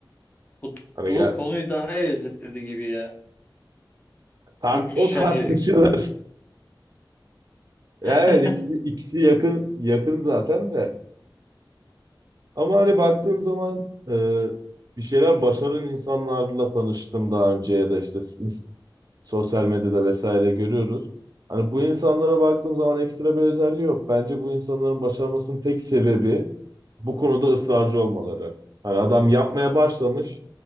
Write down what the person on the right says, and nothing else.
Hani
gel
tart
o
tartışılır.
<laughs>
Ya evet ikisi ikisi yakın yakın zaten de. Ama hani baktığım zaman e, bir şeyler başaran insanlarla tanıştım daha önce ya da işte sosyal medyada vesaire görüyoruz. Hani bu insanlara baktığım zaman ekstra bir özelliği yok. Bence bu insanların başarmasının tek sebebi bu konuda ısrarcı olmaları. Hani adam yapmaya başlamış,